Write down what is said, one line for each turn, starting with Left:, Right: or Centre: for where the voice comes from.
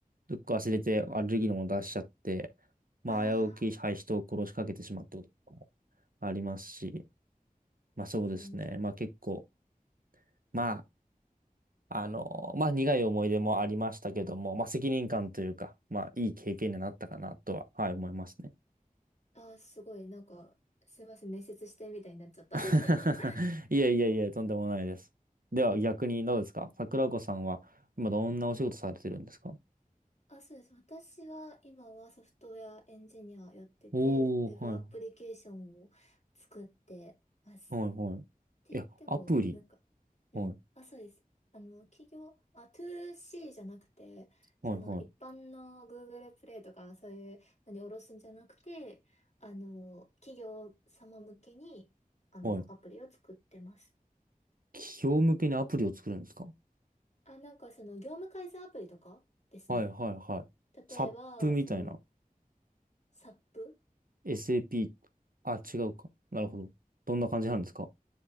Right: どっか忘れてアレルギーのもの出しちゃって、まあ、
Left: あ
Right: 危うき、はい、
Left: あ、
Right: 人を殺しかけてしまったこともありますし、
Left: うーん。
Right: まあそうですね。まあ結構、まああの、まあ、苦い思い出もありましたけども、まあ、責任感というか、まあ、いい経験になったかなとは、はい、思いますね。
Left: ああ、すごい、なんか、すいません、面接してみたいになっちゃった。
Right: <laughs>
Left: <laughs>
Right: いやいやいや、とんでもないです。では、逆にどうですか桜子さんは、今どんなお仕事されてるんですか
Left: あ、そうです。私は今はソフトウェアエンジニアやってて、
Right: おー、
Left: ウェブアプリケーションを作ってます。
Right: はい、はい、はい。
Left: って言っても、
Right: いや、アプリ。
Left: なんか、
Right: はい、
Left: うん。あ、そうです。あの、企業、あ、トゥーシ c じゃなくて、その一般の
Right: はい、はい、
Left: Google プレイとかそういうのに下ろすんじゃなくて、あの、企業様向けに、あの、
Right: はい。
Left: アプリを作ってます。
Right: 企業向けにアプリを作るんですか
Left: あ、なんかその業務改善アプリとかですね。
Right: はい、はい、はい。
Left: 例えば、
Right: サップみたいな。
Left: その、SAP
Right: SAP。あ、違うか。なるほど。どんな感じなんですか